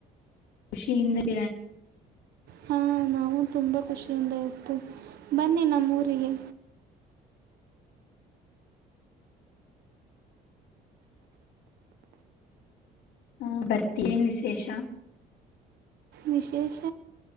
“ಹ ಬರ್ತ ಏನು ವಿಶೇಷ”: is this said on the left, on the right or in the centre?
Left